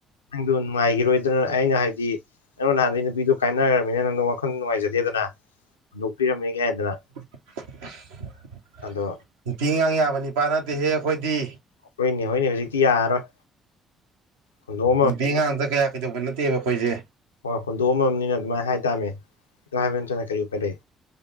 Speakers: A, on the left (about 75°); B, on the right (about 70°).
A: ꯅꯪꯗ ꯅꯨꯡꯉꯥꯏꯒꯤꯔꯣꯏ ꯑꯗꯨꯅ ꯑꯩꯅ ꯍꯥꯏꯗꯤ ꯅꯪ ꯅꯍꯥꯗꯩ ꯅꯨꯄꯤꯗꯣ ꯀꯥꯏꯅꯒ꯭ꯔꯕꯅꯤꯅ ꯅꯪꯗꯣ ꯋꯥꯈꯟ ꯅꯨꯡꯉꯥꯏꯖꯗꯦꯗꯅ ꯍꯨꯟꯗ‌ꯣꯛ ꯄꯤꯔꯝꯃꯦ ꯀꯦ ꯍꯥꯏꯗꯅ
B: <inaudible>
A: ꯑꯗꯣ
B: ꯅꯨꯄꯤ ꯑꯉꯥꯡ ꯌꯥꯕ ꯅꯤꯄꯥ ꯅꯠꯇꯦꯍꯦ ꯑꯈꯣꯏꯗꯤ
A: ꯑꯈꯣꯏꯅꯦ ꯍꯣꯏꯅꯦ ꯍꯧꯖꯤꯛꯇꯤ ꯌꯥꯔꯔꯣꯏ ꯍꯨꯟꯗꯣꯛꯑꯝꯃ
B: ꯅꯨꯄꯤ ꯑꯉꯥꯡꯗ ꯀꯌꯥ ꯀꯩꯗꯧꯕ ꯅꯠꯇꯦꯕ ꯈꯣꯏꯁꯦ
A: ꯍꯣꯏ ꯍꯣꯟꯗꯣꯛꯑꯝꯃꯕꯅꯤꯅ ꯑꯗꯨꯃꯥꯏꯅ ꯍꯥꯏꯇꯥꯥꯃꯦ ꯍꯥꯏꯕ ꯅꯠꯇꯅ ꯀꯔꯤ ꯎꯄꯥꯏ ꯂꯩ